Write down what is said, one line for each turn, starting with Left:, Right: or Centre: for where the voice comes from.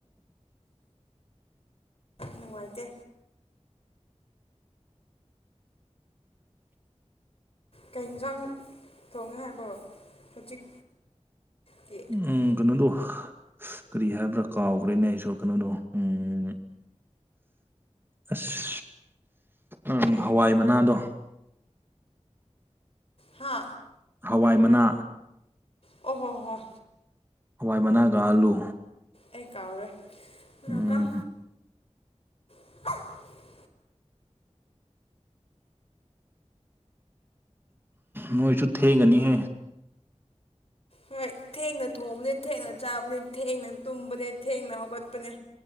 Left: ꯅꯨꯡꯉꯥꯏꯇꯦ ꯀꯩ ꯌꯦꯟꯖꯥꯡ ꯊꯣꯡꯉꯦ ꯍꯥꯏꯕꯔꫭ ꯍꯧꯖꯤꯛ ꯇꯤ
Right: ꯎꯝ ꯀꯩꯅꯣꯗꯣ ꯀꯔꯤ ꯍꯥꯏꯕ꯭ꯔꯥ ꯀꯥꯎꯈ꯭ꯔꯦꯅꯦ ꯑꯩꯁꯨ ꯀꯩꯅꯣꯗꯣ ꯎꯝ ꯑꯁ ꯎꯝ ꯍꯋꯥꯏ ꯃꯅꯥꯗꯣ
Left: ꯍꯥ
Right: ꯍꯋꯥꯏ ꯃꯅꯥ
Left: ꯑꯣ ꯍꯣꯏ ꯍꯣꯏ ꯍꯣꯏ
Right: ꯍꯋꯥꯏ ꯃꯅꯥꯒ ꯑꯜꯂꯨ
Left: ꯑꯩ ꯀꯥꯎꯔꯦ ꯀꯅꯥꯀꯝ
Right: ꯎꯝ
Left: <unintelligible>
Right: ꯅꯣꯏꯁꯨ ꯊꯦꯡꯒꯅꯤꯍꯦ
Left: ꯍꯣꯏ ꯊꯦꯡꯅ ꯊꯣꯡꯕꯅꯦ ꯊꯦꯡꯅ ꯆꯥꯕꯅꯦ ꯊꯦꯡꯅ ꯇꯨꯝꯕꯅꯦ ꯊꯦꯡꯅ ꯍꯧꯒꯠꯄꯅꯦ